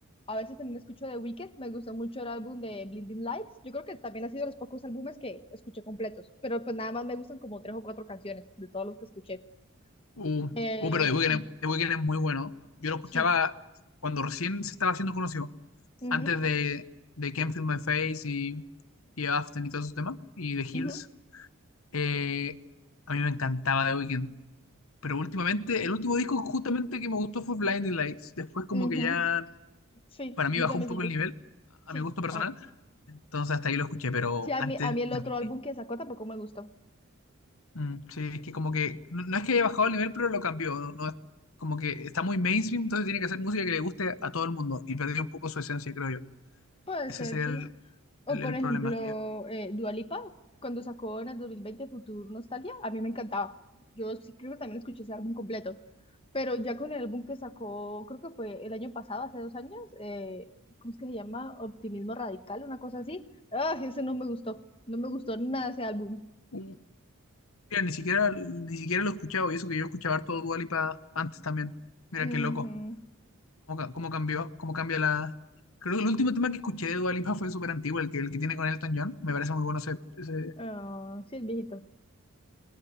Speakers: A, on the left; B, on the left.
A: a veces también escucho The Weeknd, me gustó mucho el álbum de Blinding Lights, yo creo que también ha sido de los pocos álbumes que escuché completos, pero pues nada más me gustan como tres o cuatro canciones de todos los que escuché.
B: Uh,
A: Eh,
B: uh, pero The Weeknd,
A: con-
B: es- The Weeknd es muy bueno. Yo lo escuchaba
A: sí,
B: cuando recién se estaba haciendo conocido,
A: Ujú,
B: antes de, de Can't Feel My Face y, y After y todos esos temas, y The
A: ujú,
B: Hills. Eh, a mí me encantaba The Weeknd. Pero últimamente, el último disco justamente que me gustó fue Blinding Lights. Después como
A: ujú.
B: que ya
A: Sí,
B: para mí
A: yo
B: bajó
A: también
B: un poco
A: siento-
B: el nivel, a
A: Sí,
B: mi gusto personal.
A: ah,
B: Entonces hasta ahí lo escuché, pero
A: sí, a
B: antes
A: mí, a mí el
B: me
A: otro
B: parecía
A: álbum que sacó tampoco me gustó.
B: Mm, sí, es que como que no, no es que haya bajado el nivel, pero lo cambió. No, No es- como que está muy mainstream, entonces tiene que hacer música que le guste a todo el mundo y perdió un poco su esencia, creo yo.
A: Puede
B: Ese
A: ser,
B: sería
A: sí.
B: el,
A: O
B: el-
A: por
B: el
A: ejemplo,
B: problema que yo.
A: eh, Dua Lipa, cuando sacó en el 2020 Futur Nostalgia, a mí me encantaba. Yo sí creo que también escuché ese álbum completo. Pero ya con el álbum que sacó, creo que fue el año pasado, hace dos años, eh, ¿cómo es que se llama? Optimismo Radical, una cosa así. Ah, ese no me gustó. No me gustó nada ese álbum.
B: Sí. Mira, ni siquiera, ni siquiera lo he escuchado y eso que yo escuchaba todo Dua Lipa antes también. Mira
A: Ujú.
B: qué loco. Cómo, ca- cómo cambió, cómo cambia la. Creo que el último tema que escuché de Dua Lipa fue súper antiguo, el que, el que tiene con Elton John. Me parece muy bueno ese, ese-
A: Ah, sí, el viejito.